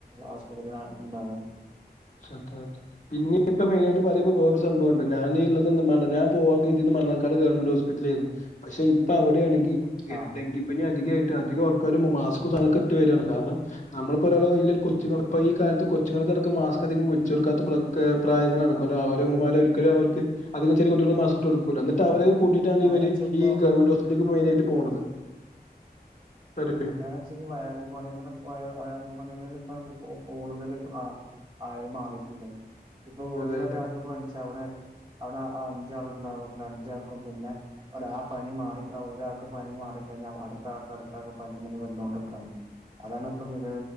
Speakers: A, on the right; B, on the left.
A: ആസ്പത് ഉണ്ട
B: സത് പിന്ന ഇപ്പ മെയിനായിട്ട് പറയുമ്പോ പോേറെ ഒരു സംഭവംുണ്ടോ ഞാന്ൻ ഉള്ളത് വേണം ഞാൻ പോവാാൻ കഴ ണാട് ഗവൺമെന്റ് ഹോസ്പിറ്റല ആായിരുന്നു പക്ഷെ ഇപ്പോ അവിടെ ആണെങ്ക
A: ആഹ്
B: ഡെങ്കിപ്പനി അധിക അധികം ആൾക്കാരും മാസ്െട്ട വരികയാണ് കാരണം നമ്മളപ്പോ ഒരാള വലിയ കൊച്ചൾ ഇപ്പൊ ഈ കാലത്ത് കൊച്ചുൾക്ക് സ്ക് അധികം വെച്ച്ൊടുക്കാത്ത പ്രായങ്ങള അവരമ്മമാ ഒരിക്കലും അവർക്ക് അതിനെ ചെറ കുട്ടികൾ മാസ്ക് കൊടുക്ക എന്നി് അവര കൂട്ടയിട്ടാണ്
A: കാരണച്ചിപ്പോ
B: ഇവര് ഗവമെന്റ് േക്ക് മയിനായിട്ട് പോണത് അറിയോ
A: അങ്ങനച്ച വയറിൽ പണിെ പോയ പണികൾ ഇപ്പ കൂടുതൽ ആയി മാറിട്ടുണ്ട് ഇപ്പൊ വീട്ടില
B: അതെ അതെ
A: ഒരാൾക്ക് പണിച്ച അവിടെ അവിടെ അഞ്ചാൾ ഉണ്ടാാവട്ടില്ല അഞ്ചാക്കും പിന്നെ ഒരാ പനി മാറി ഒരാൾക്ക് പ മാ ി അടുത്ത അടുത്തെ പനിെ വോാണ് അതാണ് ഇപ്പ നില